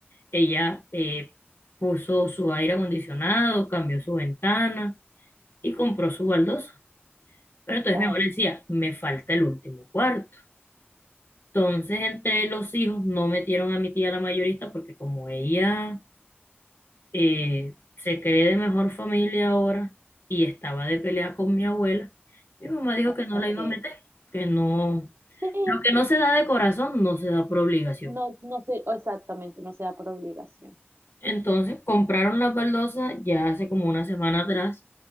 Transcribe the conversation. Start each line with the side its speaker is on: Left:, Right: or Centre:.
Left: Ella eh, puso su aire acondicionado, cambió su ventana y compró su baldosa. Pero entonces
Right: claro,
Left: mi abuela decía, me falta el último cuarto. Entonces entre los hijos no metieron a mi tía la mayorista porque como ella eh, se cree de mejor familia ahora y estaba de pelea con mi abuela, mi mamá dijo
Right: o-
Left: que no
Right: ok.
Left: la iba a meter, que no,
Right: Sí,
Left: lo que no se da de corazón no se da por obligación.
Right: No, no sé exactamente, no se da por obligación.
Left: Entonces compraron las baldosas ya hace como una semana atrás